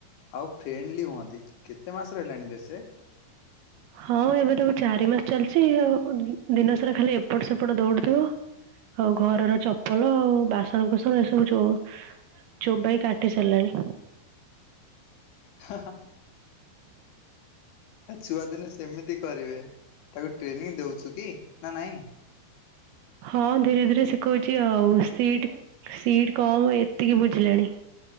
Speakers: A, on the left; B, on the right.
A: ଆଉ ଫ୍ରେଣ୍ଡଲି ହୁଅନ୍ତି। କେତେ ମାସର ହେଲାଣି ରେ ସେ
B: ହଁ। ଏବେ ତାକୁ ଚାରି ମାସ ଚାଲିଛି ଆଉ ଦିନ ସାରା ଖାଲି ଏପଟ ସେପଟ ଦୌଡୁଥିବ ଆଉ ଘରର ଚପଲ ଆଉ ବାସନ କୁସନ ଏସବୁ ଯୋଉ ଚୋବାଇ କାଟିି ସାରିଲାଣି
A: ଆ ଛୁଆ ଦିନେ ସେମିତି କରିବେ। ତାକୁ ଟ୍ରେନିଂ ଦଉଛୁ କି ନା ନାଇଁ?
B: ହଁ। ଧୀରେ ଧୀରେ ଶିଖଉଛି ଆଉ। ସିଟ୍ କମ୍ ଏତିକି ବୁଝିଲାଣି।